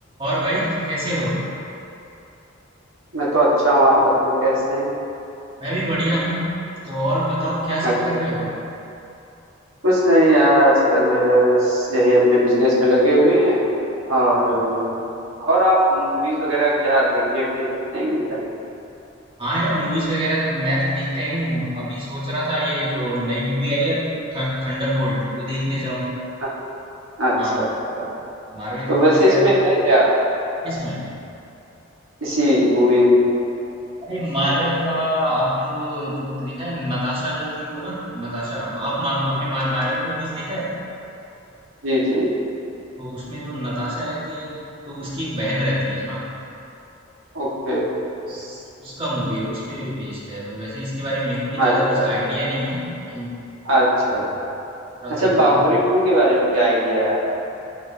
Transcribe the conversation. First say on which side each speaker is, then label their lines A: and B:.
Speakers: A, on the right (about 25°); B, on the right (about 85°).
A: और भाई कैसे हो
B: मैं तो अच्छा हूँ आप बताइए कैसे हैं
A: मैं भी बढ़िया हूँ तो और बताओ क्या
B: अच्छा
A: सब कर रहे हो
B: कुछ नहीं यार आजकल जो है बस यही अपने बिजनेस में लगे हुए हैं और
A: अच्छा
B: और आप मूवीज वगैरह क्या देखने में जाते हैं कि नहीं जाते?
A: हाँ यार मूवीज वगैरह तो मैं तो देखता ही हूँ अभी सोच रहा था ये जो नई मूवी आई है थंडरबोल्ट वो देखने जाऊँ
B: अ- अच्छा
A: हाँ
B: अच्छा
A: मार्वल
B: तो
A: की मूवीज
B: वैसे
A: है यार
B: इसमें है क्या
A: किसमें
B: इसी मूवी में
A: अरे मार्वल का आपने वो जो देखा है नताशा जो थी वो ना नताशा आप मा,
B: जी
A: आपने मार, मार्वल का मूवीज देखा है
B: जी जी,
A: तो उसमें जो नताशा रहती है तो उसकी एक बहन रहती है ना
B: ओके
A: उस- उसका मूवी है उस पे बेस्ड है वैसे इसके बारे में मेरे को भी ज्यादा
B: अच्छा
A: कुछ आइडिया नहीं है लेकिन
B: अच्छा
A: और थोड़ा
B: अच्छा
A: सा देखूं
B: बाहुबली टू के बारे में क्या आइडिया है आप